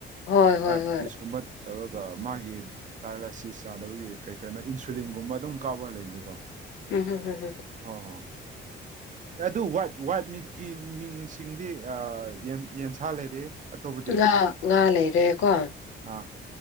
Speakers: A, on the left; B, on the right.
A: ꯍꯣꯏ ꯍꯣꯏ
B: ꯗꯥꯏꯕꯤꯇꯤꯁꯀꯨꯝꯕ
A: ꯍꯣꯏ
B: ꯇꯧꯔꯛ ꯃꯥꯒꯤ ꯗꯥꯏꯂꯥꯏꯁꯤꯁ ꯆꯥꯗꯕꯒꯤ ꯀꯩ ꯀꯩꯅꯣ ꯏꯟꯁꯨꯂꯤꯟꯒꯨꯝꯕ ꯑꯗꯨꯝ ꯀꯥꯞꯄ ꯂꯩꯗꯨꯀꯣ
A: ꯎꯝꯍꯝ ꯎꯝꯍꯝ
B: ꯍꯣ ꯍꯣ ꯑꯗꯨ ꯋꯥꯏꯠ ꯋꯥꯏꯠ ꯃꯤꯠꯀꯤ ꯃꯤꯡꯁꯤꯡꯗꯤ ꯑꯥ ꯌꯦꯟꯁꯥ ꯂꯩꯔꯦ ꯑꯇꯣꯞꯄꯗꯤ
A: ꯇꯨꯂꯥ ꯉꯥ ꯂꯩꯔꯦꯀꯣ
B: ꯑꯥ